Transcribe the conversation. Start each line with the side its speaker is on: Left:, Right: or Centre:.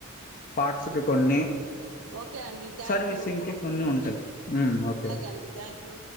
Left: పార్ట్స్ కి కొన్ని
Right: ఓకే అండి థ్యాంక్
Left: సర్వీసింగ్కి
Right: యూ
Left: కొన్ని ఉంటాయి ఓకే
Right: అలాగే అండి థ్యాంక్యూ